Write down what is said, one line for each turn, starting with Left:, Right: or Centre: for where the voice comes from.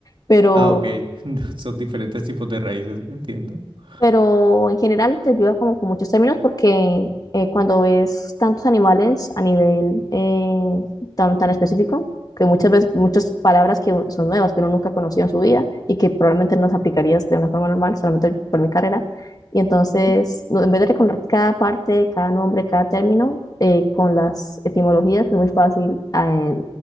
Left: pero
Right: Ah, ok. <laughs> Son diferentes tipos de raíces, entiendo. O
Left: pero en general te ayuda como con muchos términos porque eh, cuando ves tantos animales a nivel eh, tan, tan específico, que muchas veces, muchas palabras que un- son nuevas, que uno nunca conoció en su vida y que probablemente no las aplicarías de una forma normal, solamente por mi carrera. Y entonces, no, en vez de recordar cada parte, cada nombre, cada término, eh, con las etimologías es muy fácil eh,